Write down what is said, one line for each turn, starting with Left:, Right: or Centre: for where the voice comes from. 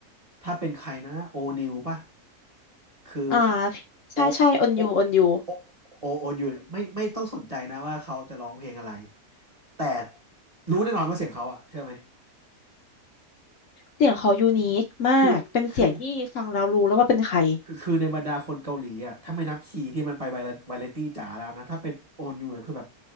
Right: ถ้าเป็นใครนะโอนิวป่ะคือ
Left: อ่า
Right: โอ
Left: ใช่ใช่อนยูอนยู
Right: โอโอโอโอยูเนี่ยไม่ไม่ต้องสนใจนะว่าเขาจะร้องเพลงอะไรแต่รู้แน่นอนว่าเสียงเขาอะเชื่อไหม
Left: เสียงเขายูนิคมาก
Right: คือคือ
Left: เป็นเสียงที่ฟังแล้วรู้แล้วว่าเป็นใคร
Right: คือคือในบรรดาคนเกาหลีอ่ะถ้าไม่นับคีย์ที่มันไปไวไวเลตี้จ๋าแล้วนะถ้าเป็นโอนยู่คือแบบ